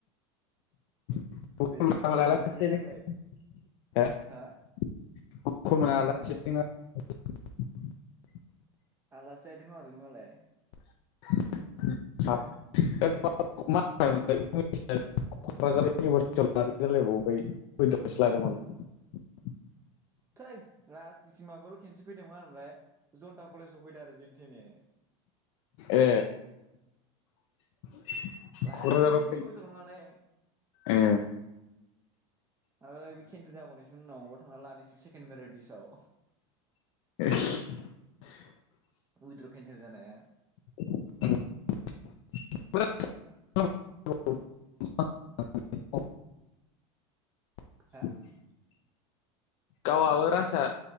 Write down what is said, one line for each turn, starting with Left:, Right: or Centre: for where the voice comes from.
Left: <unintelligible>
Right: बेस्रा सुमिया दाख्लै गारलाय हा
Left: <unintelligible>
Right: मा होनदोंमोन आलासि जाहैदोंखोमा आरलै मालाय
Left: <unintelligible> क'क्राझार इउनिभारसिटि लादों जालायबावो ओमफ्राय गहाटिआवसो लादोंमोनलै
Right: थै लासिंसिं माबाल' खेनसे फैदों मा होनोमोनलाय? जन्था कलेजाव फैदों आरो जेनथेने
Left: ए <inaudible>
Right: लायाखैलै
Left: क'क्राझाराव फै
Right: चयदुरावनो लानाय
Left: ए
Right: आरोबो केनसेल जाबावनोसै जोंनावबा थांनानै लानोसै सेकेण्ड मेरेड लिसआव
Left: <inaudible>
Right: उईद्र' केन्सेेल जानाया
Left: <unintelligible> <inaudible>
Right: हा
Left: गावाबो राजसा